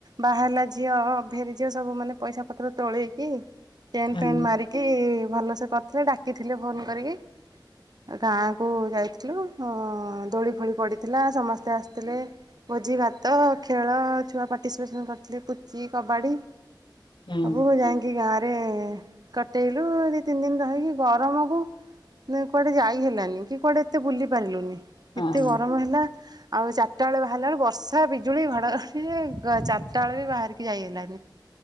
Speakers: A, on the right (about 60°); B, on the left (about 85°).
A: ବାହାରିଲା ଝିଅ ଫେରିଝିଅ ସବୁ ମାନେ ପଇସା ପତ୍ର ତୋଳେଇକି ଟେଣ୍ଟ
B: ହଁ
A: ଫେଣ୍ଟ ମାରିକି ଭଲସେ କରିଥିଲେ ଡାକିଥିଲେ ଫୋନ କରିକି ଗାଁ କୁ ଯାଇଥିଲ ଇଥିଲୁ ଦୋଳି ଫୋଳି ପଡ଼ିଥିଲା ସମସ୍ତେ ଆସିଥିଲେ ଭୋଜି ଭାତ ଖେଳ ଛୁଆ ପାର୍ଟିସିପେସନ୍ କରିଥିଲି ପୁଚି କବାଡ଼ି।
B: ହଁ
A: ଆବୁ ଯାଇକି ଗାଁରେ କଟେଇଲୁ ତିନି ଦିନ ରହିକି ଗରମକୁ କୁଆଡେ ଯାଇ ହେଲାନି କି କୁଆଡେ ଏତେ ବୁଲି ପାରିଲୁନି।
B: ହଁ।
A: କେତେ ଗରମ ହେଲା। ଆଉ ଚାରିଟା ବେଳେ ବାହାରିଲା ବେଳେ ବର୍ଷା ବିଜୁଳି ଘଡଘଡି ଚାରିଟା ବେଳେ ବି ବାହାରିକି ଯାଇ ହେଲାନି।